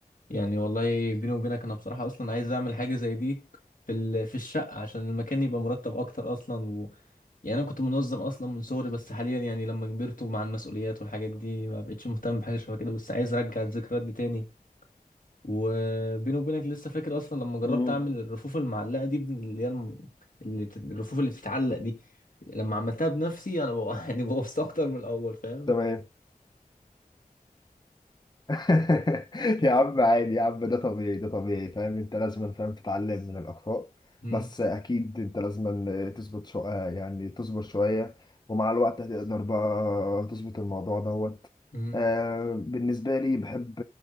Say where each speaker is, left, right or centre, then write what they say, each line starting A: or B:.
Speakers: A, on the left; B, on the left.
A: يعني والله بيني وبينك انا بصراحة اصلا عايز اعمل حاجة زي دي في ال... في الشقة عشان المكان يبقى مرتب اكتر اصلا و... يعني انا كنت منظم اصلا من صغري بس حاليا يعني لما كبرت ومع المسؤوليات والحاجات دي ما بقتش مهتم بحاجة شبه كده بس عايز ارجع الذكريات دي تاني وبيني وبينك لسه فاكر اصلا لما جربت
B: مم.
A: اعمل الرفوف المعلقة دي بن- اللي هي الم... اللي بت... الرفوف اللي بتتعلق دي لما عملتها بنفسي انا بقى... <laughs> يعني بوظت اكتر من الاول فاهم
B: تمام <laughs> يا عم عادي يا عم ده طبيعي ده طبيعي فاهم انت لازم فاهم تتعلم من الاخطاء
A: مم.
B: بس اكيد انت لازم تظبط شو... يعني تصبر شويه ومع الوقت هتقدر بقى تظبط الموضوع دوت
A: مم.
B: آه بالنسبه لي بحب